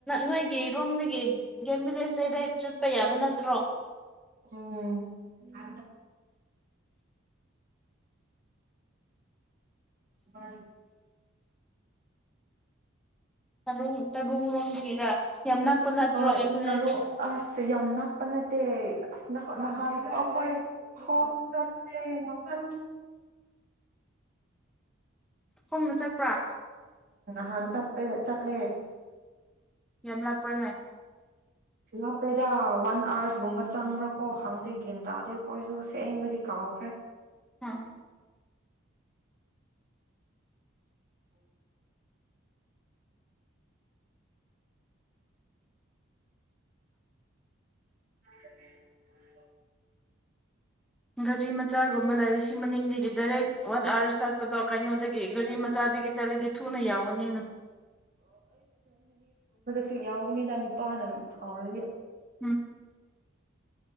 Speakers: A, in the centre; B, on the right.
A: ꯅꯣꯏꯒꯤ ꯔꯣꯝꯗꯒꯤ ꯒꯦꯝ ꯚꯂꯦꯖꯇꯩꯗ ꯆꯠꯄ ꯌꯥꯕ ꯅꯠꯇ꯭ꯔꯣ
B: ꯎꯝ ꯑ ꯑ
A: ꯇꯔꯨꯡ ꯇꯔꯨꯡꯔꯣꯝꯗꯒꯤꯔ ꯌꯥꯝ ꯅꯛꯄ ꯅꯠꯇ꯭ꯔꯣꯒꯦ
B: ꯍꯣꯏ
A: ꯃꯤꯂꯦꯖ
B: ꯊꯔꯨ ꯑꯁ ꯌꯥꯝ ꯅꯛꯄ ꯅꯠꯇꯦ ꯑꯁ ꯅꯍꯥꯟꯈꯣꯏ ꯍ ꯆꯦ ꯋꯥꯐꯝꯟ
A: ꯈꯣꯣꯡꯅ ꯆꯠꯄ꯭ꯔꯥ
B: ꯍꯥꯟ ꯆꯠꯄꯦ ꯆꯠꯂ
A: ꯌꯂꯄꯔꯅ
B: ꯂ ꯀꯩꯗ ꯋꯥꯟ ꯑꯥꯋꯔꯁꯒꯨꯝꯕ ꯆꯪꯕ꯭ꯔꯥ ꯀꯣ ꯈꯪꯗꯦ ꯒꯤꯅꯇꯥꯗ ꯀꯁꯨ ꯁꯦꯡꯕꯗꯤ ꯀꯥꯎ ꯐꯦ
A: ꯑ
B: ꯎ ꯎ
A: ꯒꯥꯔꯤ ꯃꯆꯥꯒꯨꯝꯕ ꯂꯩꯔꯨ ꯁꯤ ꯃꯅꯤꯡꯗꯒꯤꯗꯤ ꯗꯥꯏꯔꯦꯛ ꯋꯥꯟ ꯑꯥꯋꯥꯔ ꯆꯠꯄꯗꯣ ꯀꯩꯅꯣꯗꯒꯤ ꯒꯥꯔꯤ ꯃꯆꯥꯗꯒꯤ ꯆꯠꯂꯤꯗꯤ ꯊꯨꯅ ꯌꯥꯎꯒꯅꯤꯅ
B: ꯁꯨ ꯌꯥꯎꯒꯅꯤꯗ ꯅꯨꯄꯥꯅ ꯑꯗꯨꯝ ꯐꯥꯎꯔꯗꯤ
A: ꯎꯝ